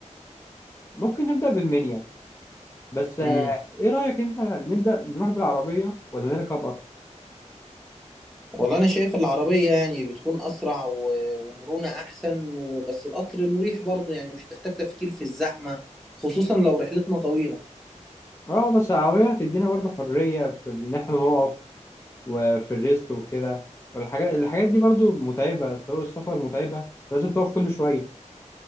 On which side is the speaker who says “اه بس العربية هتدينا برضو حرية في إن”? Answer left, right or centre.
Left